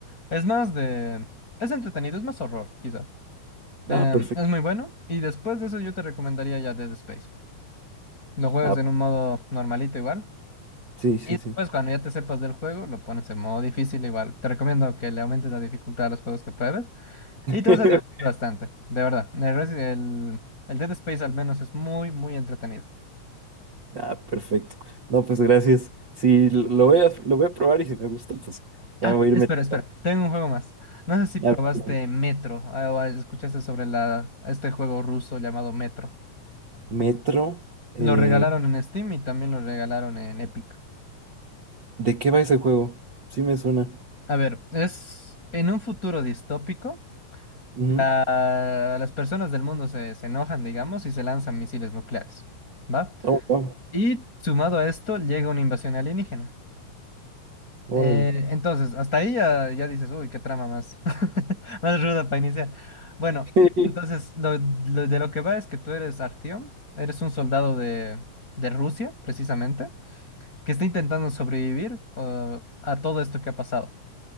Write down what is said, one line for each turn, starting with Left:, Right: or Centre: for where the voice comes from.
Left: Es más de... Es entretenido, es más horror, quizá. Em,
Right: Ah, perfecto.
Left: es muy bueno. Y después de eso yo te recomendaría ya Dead Space. Lo juegas
Right: Ah,
Left: en un modo normalito igual.
Right: sí, sí,
Left: Y después
Right: sí.
Left: cuando ya te sepas del juego, lo pones en modo difícil igual. Te recomiendo que le aumentes la dificultad a los juegos que pruebes.
Right: <laughs>
Left: Y todo se divierte bastante, de verdad. El, res- el, el Dead Space al menos es muy, muy entretenido.
Right: Ah, perfecto. No, pues gracias. Sí, lo lo voy a, lo voy a probar y si me gusta, pues
Left: Ah,
Right: ya voy a
Left: espera,
Right: ir metiendo.
Left: espera, tengo un juego más. No sé si probaste
Right: Ya, pero
Left: Metro ah, o escuchaste sobre la, este juego ruso llamado Metro.
Right: metro. eh,
Left: Lo regalaron en Steam y también lo regalaron en Epic.
Right: ¿De qué va ese juego? Sí me suena.
Left: A ver, es en un futuro distópico,
Right: Ujú.
Left: la- las personas del mundo se, se enojan, digamos, y se lanzan misiles nucleares, ¿va?
Right: Oh, wow.
Left: Y sumado a esto llega una invasión alienígena.
Right: Órale.
Left: Eh, entonces, hasta ahí ya, ya dices, uy, qué trama más, <laughs> más ruda para iniciar. Bueno,
Right: <laughs>
Left: entonces, lo, lo- de lo que va es que tú eres Artyom, eres un soldado de, de Rusia, precisamente, que está intentando sobrevivir uh, a todo esto que ha pasado.